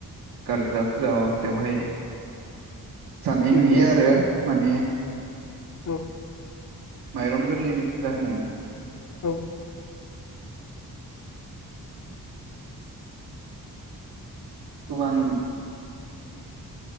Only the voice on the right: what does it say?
गारजा फुजा अ बेवहाय जानाय
नुयो आरो माने
माइरं गोरलैनि फुजा होनायाव
गोबां